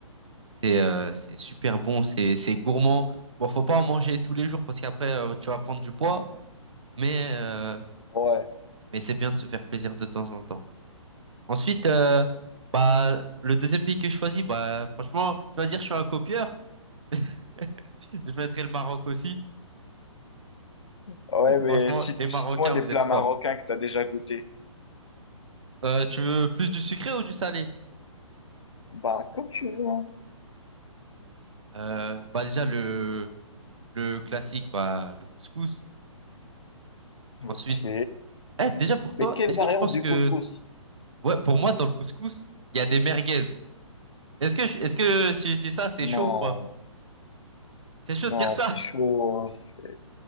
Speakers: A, on the right; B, on the left.
A: c'est euh, c'est super bon, c'est c'est gourmand. Bon, faut pas en manger tous les jours parce qu'après euh, tu vas prendre du poids, mais euh,
B: Ouais.
A: mais c'est bien de se faire plaisir de temps en temps. Ensuite, euh, bah le deuxième pays que je choisis, bah franchement, tu vas dire je suis un copieur. <laughs> Je mettrai le Maroc aussi.
B: Ouais, mais
A: Franchement,
B: cite,
A: les Marocains,
B: cite-moi des
A: vous
B: plats
A: êtes forts.
B: marocains que tu as déjà goûté.
A: Euh, tu veux plus du sucré ou du salé?
B: Bah, comme tu veux. hein.
A: Euh, bah déjà le le classique, bah le couscous.
B: Ok.
A: Ensuite, eh déjà pour
B: Mais
A: toi,
B: quelle
A: est-ce
B: variante
A: que tu penses
B: du
A: que
B: couscous?
A: ouais pour moi dans le couscous il y a des merguez. Est-ce que je- est-ce que si je dis ça c'est chaud
B: Non,
A: ou pas? C'est chaud
B: non,
A: de dire ça.
B: c'est chaud. C'est